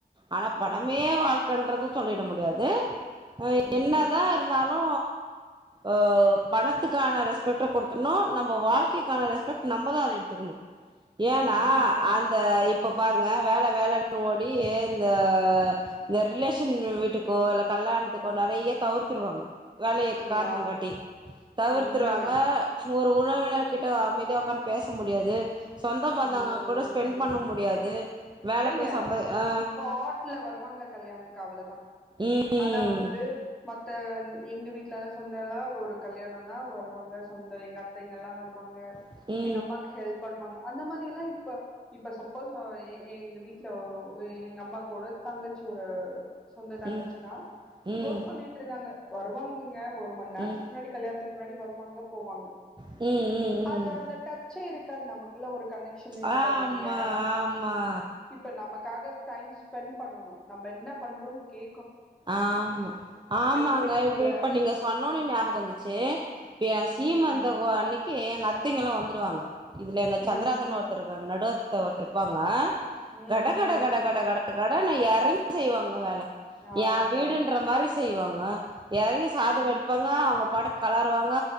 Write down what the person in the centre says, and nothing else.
ம்
ம்
கண்டிப்பா.
ம்
ஆ
உண்மங்க.
ம்
ஏங்க
ஸ்பாட்ல வருவாங்க கல்யாணத்துக்கு அவ்ளோதா
ஆனா வந்து மத்த எங்க வீட்டு ல்லாதா சொந்தல்லா ஒரு கல்யாணோன்னா வருவாங்க சொந்த எங்க அத்தைங்கெல்லா வருவாங் பாங்க
எங்க அம்மாக்கு ஹெல்ப் பண்ணுவாங்க அந்த மாதிரிலா இப்ப இப்ப சப்போஸ் ஆ ஏ எ எங்க வீட்ல ஒ ஒரே எங் அம்மா கோட தங்கச்சி ஒர சொந்த தங்கச்சிதா
ஒர்க் பண்ணிட்டுருந்தாங்க வருவாங்கங்க ஒரு மண் நேரத்துக்கு
முன்னாடி கல்யாணத்துக்கு முன்னாடி வருவாங்க போவாங்க
அது அந்த டச்சே இரு காந்து நமக்குள்ள ஒரு கனெக்சன்னே இருக்காது
இல்லியா
இப்ப நமக்காக டைம் ஸ்பெண் பண்ணணு நம்ப என்ன பண்றோன்னு கே
புடிக்கணுல
ம்
ம்
ம்
ம்
ஆமா
ம்